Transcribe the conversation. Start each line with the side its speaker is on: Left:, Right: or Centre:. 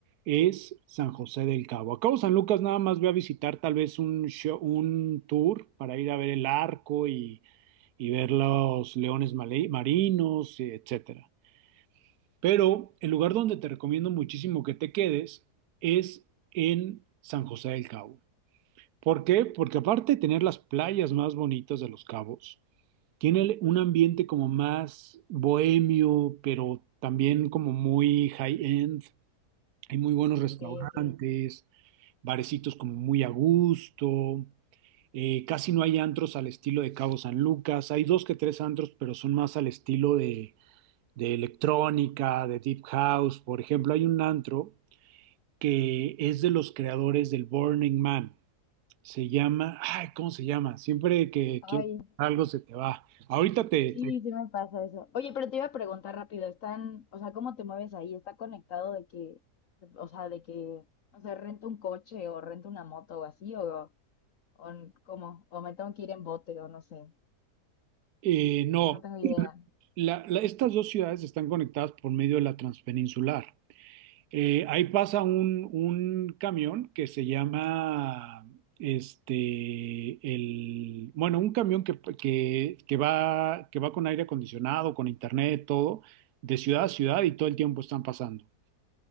Right: es San José del Cabo. A Cabo San Lucas nada más voy a visitar tal vez un, show- un tour para ir a ver el arco y, y ver los leones male- marinos, etcétera. Pero el lugar donde te recomiendo muchísimo que te quedes es en San José del Cabo. ¿Por qué? Porque aparte de tener las playas más bonitas de Los Cabos, tiene un ambiente como más bohemio, pero también como muy high-end. Hay muy buenos restaurantes,
Left: ok, ok.
Right: barecitos como muy a gusto. Eh, casi no hay antros al estilo de Cabo San Lucas. Hay dos que tres antros, pero son más al estilo de de electrónica, de deep house. Por ejemplo, hay un antro que es de los creadores del Burning Man. Se llama, ay, ¿cómo se llama? Siempre que
Left: Ay,
Right: quieres algo se te va. Ahorita te,
Left: Sí,
Right: te-
Left: sí me pasa eso. Oye, pero te iba a preguntar rápido, están, o sea, ¿cómo te mueves ahí? ¿Está conectado de que, o sea, de que, no sé, rento un coche o rento una moto o así, o, o cómo, o me tengo que ir en bote o no sé,
Right: eh, no,
Left: es que no tengo idea.
Right: La- la- estas dos ciudades están conectadas por medio de la transpeninsular. Eh, ahí pasa un, un camión que se llama, este, el, bueno, un camión que, que- que va, que va con aire acondicionado, con internet, todo, de ciudad a ciudad y todo el tiempo están pasando.